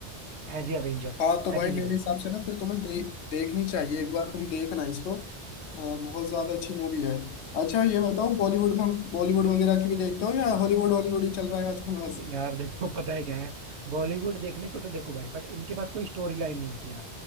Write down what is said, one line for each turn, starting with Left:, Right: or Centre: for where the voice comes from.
Right: एज ए अवेंजर
Left: हाँ तो
Right: है
Left: भाई
Right: कि नहीं
Left: मेरे
Right: भाई
Left: हिसाब से ना फिर तुम्हें दे, देखनी चाहिए एक बार तुम देखना इसको अ, बहुत ज्यादा अच्छी मूवी है अच्छा ये बताओ बॉलीवुड में बॉलीवुड वगैरह की भी देखते हो या हॉलीवुड हॉलीवुड ही चल रहा है आजकल बस
Right: यार देखो पता है क्या है बॉलीवुड देखने को तो देखो भाई बट इनके पास कोई स्टोरी लाइन नहीं होती यार